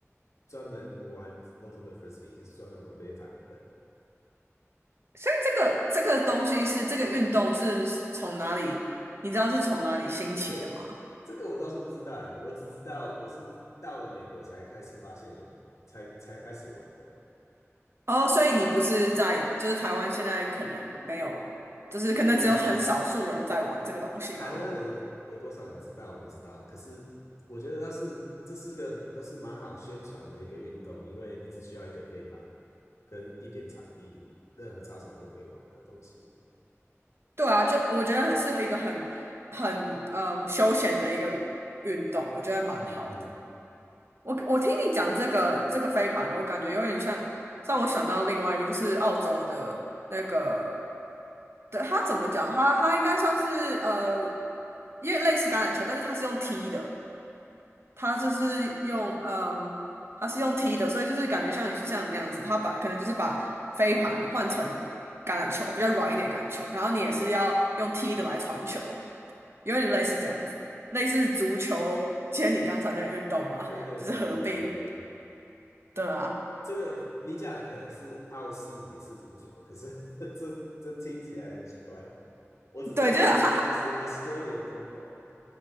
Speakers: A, on the left; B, on the right.
A: 专门玩 Ultimate Frisbee，就是专门玩飞盘的。
B: 所以这个这个东西是这个运动是从哪里？你知道是从哪里兴起的吗？
A: 诶，这个我倒是不知道哎，我只知道我是到了美国才开始发现有，才才开始玩的。
B: 哦，所以你不是在，就是台湾现在可能没有，就是可能只有很少数人在玩这个东西吗？
A: 对啊，台湾人有多少人知道我不知道，可是我觉得倒是这是个都是蛮好宣传的一个运动，因为你只需要一个飞盘跟一点场地，任何操场都可以玩的东西。
B: 对啊，就我觉得是一个很很嗯休闲的一个运动，我觉得蛮好的。
A: 嗯，
B: 我我听你讲这个这个飞盘的，我感觉有点像让我想到另外一个，就是澳洲的那个的，它怎么讲？他他应该算是呃，因为类似橄榄球，但是他是用踢的，他就是用嗯，他是用踢的，所以就是感觉像你是像你那样子，他把可能就是把飞盘换成橄榄球，比较软一点的橄榄球，然后你也是要用踢的来传球。有点类似这样子，类似足球兼你刚才那个运动嘛，
A: 对对对对对对，
B: 就是合并。对啊，
A: 这个可你讲的可能是澳式美式足球，可是 <laughs> 这这听起来很奇怪。我只知道是就是
B: 对，就是它，
A: Australian football。嗯